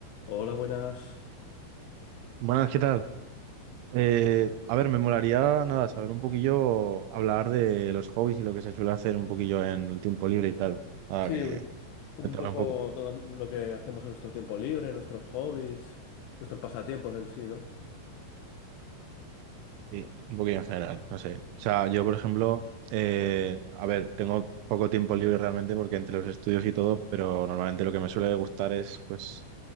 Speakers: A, on the left; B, on the right.
A: Hola, buenas.
B: Buenas, ¿qué tal? Eh,
A: U-
B: a ver, me molaría, nada, saber un poquillo, hablar de los hobbies y lo que se suele hacer un poquillo en el tiempo libre y tal. Ah,
A: Sí,
B: que
A: un un
B: cuéntame
A: poco
B: un poco,
A: todo lo que hacemos en nuestro tiempo libre, nuestros hobbies, nuestros pasatiempos en sí, ¿no?
B: sí, un poquillo en general, no sé. O sea, yo, por ejemplo, eh, a ver, tengo poco tiempo libre realmente porque entre los estudios y todo, pero normalmente lo que me suele gustar es, pues,